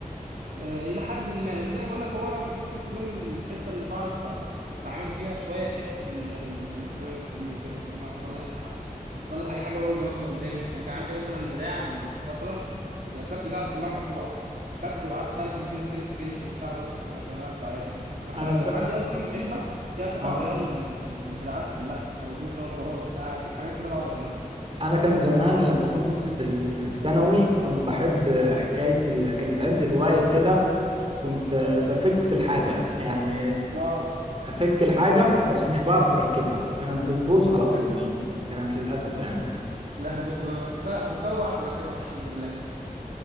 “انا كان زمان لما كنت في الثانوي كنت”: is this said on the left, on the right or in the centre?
Right